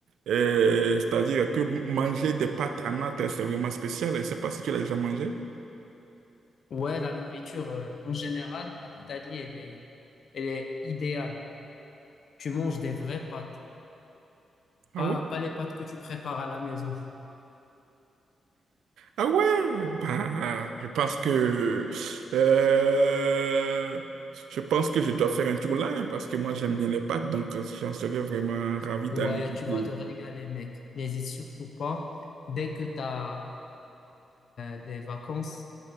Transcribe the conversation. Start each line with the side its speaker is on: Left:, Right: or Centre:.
Right: euh, c'est-à-dire que manger des pâtes à Naples, c'est vraiment spécial. Je ne sais pas si tu l'as déjà mangé.
Left: Ouais, la nourriture, euh, en général, à l'Italie, elle est, elle est idéale. Tu manges des vraies pâtes,
Right: Ah
Left: pas,
Right: ouais?
Left: pas les pâtes que tu prépares à la maison.
Right: Ah ouais, bah, je pense que euh, je pense que je dois faire un tour là hein, parce que moi j'aime bien les pâtes, donc euh, j'en serais vraiment ravi
Left: Ouais,
Right: d'aller goûter.
Left: tu vas te régaler, mec. N'hésite surtout pas. Dès que tu as des vacances,